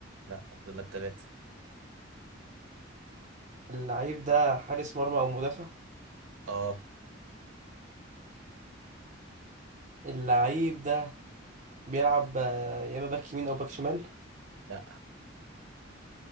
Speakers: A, on the right; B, on the right.
A: لا فاضل لك ثلاثة
B: اللعيب ده حارس مرمى او مدافع
A: اه
B: اللعيب ده بيلعب آه، يا اما باك يمين او باك شمال
A: لا